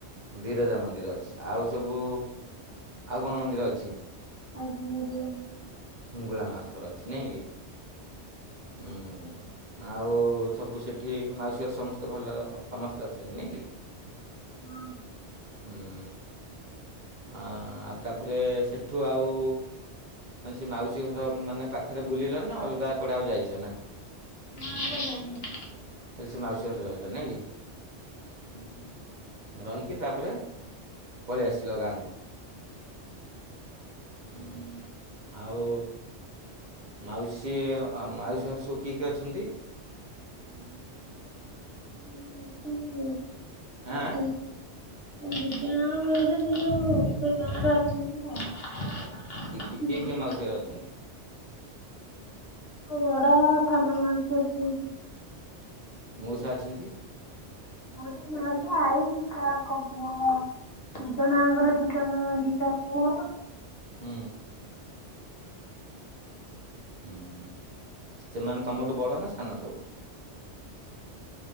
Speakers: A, on the right; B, on the left.
A: ବିରଜା ମନ୍ଦିର ଅଛି ଆଉ ସବୁ ଆଉ କଣ ମନ୍ଦିର ଅଛି
B: ଆଉ ହିଙ୍ଗୁଳା
A: ମୁଙ୍ଗୁଳା ମାଙ୍କର ଅଛି ନାଇଁ କି ହୁଁ ଆଉ ସବୁ ସେଠି ମାଉସୀ ଘରେ ସମସ୍ତେ ଭଲ ସମସ୍ତେ ଅଛନ୍ତି ନାଇଁ କି
B: ହଁ।
A: ହୁଁ, ଆ ଆଉ ତାପରେ ସେଠୁ ଆଉ ମାନେ ସେ ମାଉସୀ ଘର ମାନେ ପାଖରେ ବୁଲିଲ ନା ଅଲଗା କୁଆଡେ ଆଉ ଯାଇଛ ନାହିଁ।
B: ନା ଆଉ କୁଆଡେ ଯାଇନୁ।
A: ଖାଲି ସେ ମାଉସୀ ଘରେ ରହିଲ ନାଇଁ କି।
B: ହୁଁ
A: ରହିକି ତାପରେ ପଳେଇ ଆସିଲ ଗାଁକୁ। ହୁଁ। ଆଉ ମାଉସୀ, ଆଉ ମାଉସୀ ଘରେ ସବୁ କିଏ କିଏ ଅଛନ୍ତି?
B: ହ
A: ଆଁ ଆଁ।
B: <inaudible>
A: କିଏ
B: ଆଉ ଦି
A: କିଏ
B: ଜଣ
A: ମାଉସୀ ଘରେ ଅଛନ୍ତି?
B: ମୋ ବଡ ଆଉ ସାନ ମାଉସୀ ଅଛି।
A: ମଉସା ଅଛନ୍ତି?
B: ମଉସା, ମାଉସୀ, ଆଇ ତାଙ୍କ ପୁଅ। ଦିଜଣ ଆଙ୍କର ଦି ଜଣ ଦିଟା ପୁଅ।
A: ହୁଁ। ଉଁ ହୁଁ। ସେମାନେ ତମଠୁ ବଡ ନା ସାନ ସବୁ?